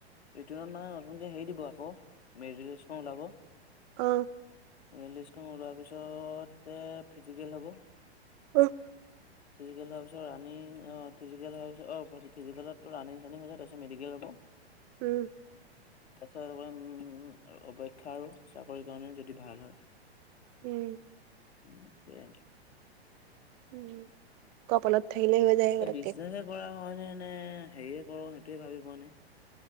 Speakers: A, on the left; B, on the right.
A: ৰিটেনত মানে নতুনকে হেৰি দিব আকৌ <unintelligible> ওলাব।
B: অ।
A: মেৰিট লিষ্টখন ওলোৱাৰ পিছতে ফিজিকেল হ'ব।
B: অহ
A: ফিজিকেল হোৱাৰ পিছত ৰানিং অ ফিজিকেল হোৱাৰ পিছত অ ফিজিকেলত টো ৰানিং চানিং হৈ যায় তাছত মেডিকেল হ'ব।
B: উম।
A: তাৰপিছত উম অপেক্ষা আৰু চাকৰি কাৰণে, যদি ভাল হয়।
B: উম
A: <unintelligible>
B: উম, কপালত থাকিলে হৈ যায় পতককে
A: এই বিজনেচ কৰা হয় নে নে হেৰিয়ে কৰো, সেইটোৱে ভাবি পোৱা নাই।